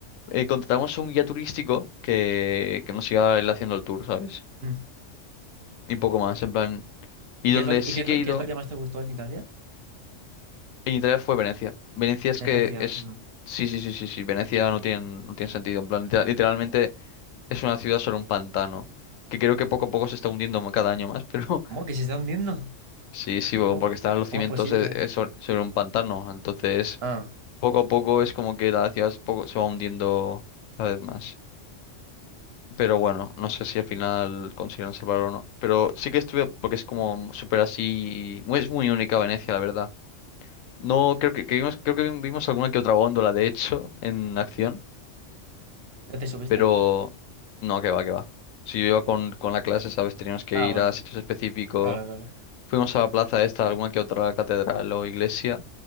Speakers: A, on the left; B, on the right.
A: eh, contratamos un guía turístico que, que nos iba él haciendo el tour, ¿sabes?
B: Mm.
A: y poco más, en plan.
B: ¿Y
A: Y
B: qué
A: donde
B: es lo,
A: sí
B: y qué es
A: que
B: lo,
A: he ido
B: qué es lo que más te gustó en Italia?
A: en Italia fue Venecia. Venecia es
B: Venecia.
A: que es.
B: Mm.
A: Sí, sí, sí, sí, sí. Venecia no tiene, no tiene sentido. En plan, literal- literalmente es una ciudad sobre un pantano. Que creo que poco a poco se está hundiendo ma- cada año más, pero
B: ¿Cómo? ¿Que se están viendo?
A: <laughs> sí, sí, bo-
B: ¿Cómo,
A: porque están los
B: cómo
A: cimientos
B: es posible?
A: eh, eh, so- sobre un pantano. Entonces,
B: Ah,
A: poco a poco es como que la ciudad es poco- se va hundiendo cada vez más. Pero bueno, no sé si al final consiguen salvarlo o no. Pero sí que estuve, porque es como súper así. Es muy única Venecia, la verdad. No, creo que, que vimos, creo que vi- vimos alguna que otra góndola, de hecho, en acción,
B: ¿pero te subiste?
A: pero no, que va, que va. Si yo iba con, con la clase, ¿sabes? Teníamos que
B: Ah,
A: ir
B: bueno,
A: a sitios específicos.
B: claro, claro.
A: Fuimos a la plaza esta, alguna que otra catedral o iglesia,